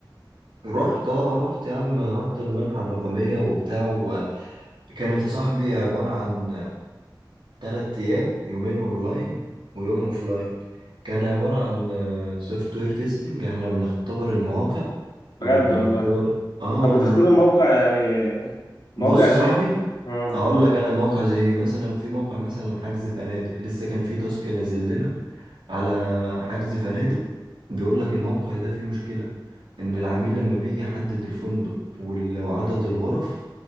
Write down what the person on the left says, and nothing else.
بجد
والله
طب
بتختبر موقع يعني موقع
زي
اه